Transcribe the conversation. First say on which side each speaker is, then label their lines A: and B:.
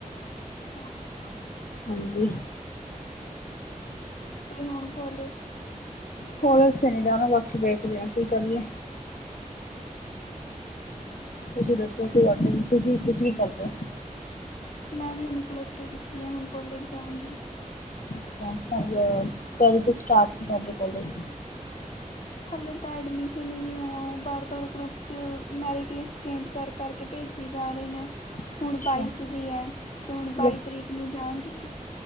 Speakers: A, on the left; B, on the left.
A: ਓਕੇ-ਓਕੇ।
B: ਹਾਂਜੀ।
A: ਤੇ ਹੂਨ ਕੋਲੇਜ।
B: ਕੌਲੇਸ ਤੇ ਨੀਂ ਜਾਣਾ ਬਾਕੀ ਵੇਖਦੇਆਂ ਕੀ ਕਰੀਏ। ਤੁਸੀ ਦੱਸੋ ਤੁਆਡੀ ਤੁਦੀ ਤੁਸੀ ਕੀ ਕਰਦੇ ਓ?
A: ਮੈਂਵੀ ਹੂਨ ਪਲੱਸ ਟੂ ਕੀਤੀ ਐ ਹੁਨ ਕੋਲੇਜ ਜਾਂਗੀ।
B: ਅੱਛਾ ਅਰ, ਕਦੋ ਤੋ ਸਟਾਟ ਨ ਧਾਡੇ ਕੌਲੇਜ?
A: ਹਾਲੇ ਤਾਂ ਐਡਮਿਸ਼ਨ ਈ ਨੀਂ ਓਇਆ। ਓ ਬਾਰ-ਬਾਰ ਗਰੁੱਪ 'ਚ, ਮੈਰਿਟ ਲਿਸ ਚੇਂਜ ਕਰ-ਕਰ ਕੇ ਭੇਜੀ ਜਾ ਰੀ ਨੇਂ।
B: ਅੱਛਾ
A: ਹੁਣ ਬਾਈਸ ਦੀ ਐ ਤੇ ਹੁਣ
B: ਮਤਲਬ
A: ਬਾਈ ਤਰੀਕ ਨੂੰ ਜਾਂਅਗੀ।